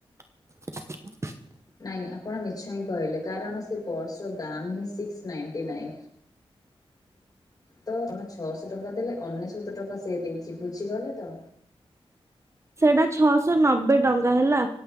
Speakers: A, on the right (about 30°); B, on the left (about 40°).
A: <unintelligible>
B: ନାଇଁ ଆପଣ ମି ମିଛ ହିଁ କହିଲେ କାରଣ ସେ ପର୍ସ ର ଦାମ ହିଁ ସିକ୍ସ ନାଇଟି ନାଇନ। ତ ଆପଣ ଛଅଶହ ଟଙ୍କା ଦେଲେ ଅନେଶତ ଟଙ୍କା ସେ ଦେଇଛି ବୁଝିଗଲେ ତ।
A: ସେଇଟା ଛଅଶହ ନବେ ଟଙ୍କା ହେଲା।